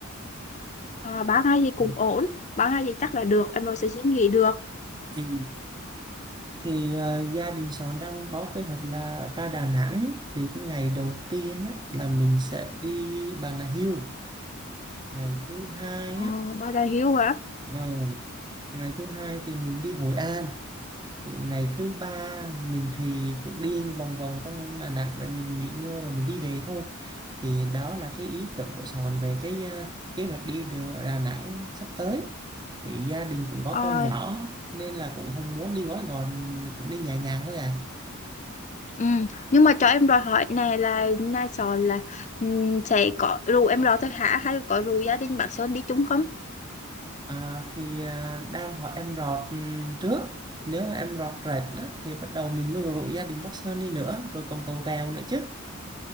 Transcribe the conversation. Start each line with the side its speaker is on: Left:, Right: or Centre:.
Left: À, 3 ngày thì cũng
Right: Ừ.
Left: ổn. 3 ngày thì chắc là được, em rồi sẽ xin nghỉ được.
Right: Ừ. Thì ờ, gia đình Sòn đang có kế hoạch là ra Đà Nẵng thì cái ngày đầu tiên á, là mình sẽ đi Bà Nà Hills. Ngày thứ hai
Left: Ờ,
Right: á,
Left: ba đại hiếu hả?
Right: ờ, ngày thứ hai thì mình đi Hội An Thì ngày thứ ba mình thì cũng đi vòng vòng trong Đà Nẵng rồi mình nghỉ ngơi rồi mình đi về thôi thì đó là cái ý tưởng của Sòn về cái ờ, kế hoạch đi Đà Đà Nẵng sắp tới thì gia đình cũng có
Left: Ờ,
Right: con nhỏ nên là cũng không muốn đi gói gòn cũng đi nhẹ nhàng thôi à,
Left: ừ. Nhưng mà cho em đòi hỏi này là nhà Son là ừm, sẽ có rủ em rồi thôi hả? Hay là có rủ gia đình bác Sơn đi chung không?
Right: à thì ờ, đang hỏi em Rọt ừm, trước nếu mà em Rọt rệt đó, thì bắt đầu mình mới rủ gia đình Bắc Sơn đi nữa rồi còn cầu Tèo nữa chứ